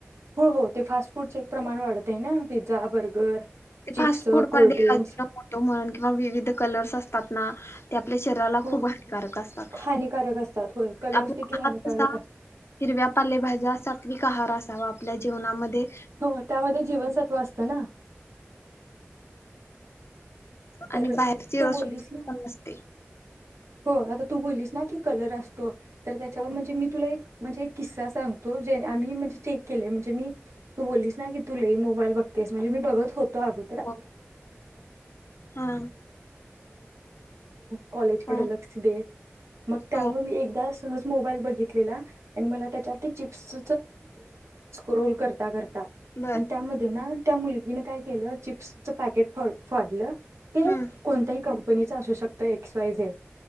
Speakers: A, on the right (about 75°); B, on the left (about 65°).
A: हो हो ते फास्ट फूडचं एक प्रमाण वाढतं आहे ना पिझ्झा बर्गर
B: ते
A: चिप्स
B: फास्ट फूड
A: कोल्ड्रिंक्स
B: म अज फोटो म्हणून किंवा विविध कलर्स असतात ना ते आपल्या शरीराला
A: हो
B: खूप हानक असतात
A: हानिकारक असतात होय कलर्स
B: आप
A: देखील
B: हात
A: हानिकारक
B: क
A: असतात
B: हिरव्या पालेभाज्या सात्विक आहार असावा आपल्या जेवनामध्ये
A: हो त्यामध्ये जीवनसत्व असत ना तर
B: आणि बाहेरचेवच्छ
A: तू बोललीस ना
B: पण अससते
A: हो आता तू बोललीस ना की कलर असतो तर त्याच्यावर
B: हो
A: म्हणजे मी तुला एक म्हणजे एक किस्सा सांगतो जे आम्ही म्हणजे टेक केले म्हणजे मी तू बोललीस ना की तु लई मोबाईल बघ तेच म्हणजे म बघत होते तो अगो
B: हो हा
A: कॉलेजकडे
B: हो
A: लक्ष दे मग त्यावर
B: हो
A: मी एकदा सहज मोबाईल बघितलेला आणि मला त्यांच्या ते चिप्स रोल करता करता
B: बर
A: आणि त्यामध्ये ना त्या मुलगीनं काय केलं चिप्सचं पॅकेट फ फोडलं ते
B: हम्म
A: कोणत्याही कंपनीच असू शकतं एक्स वाय झेड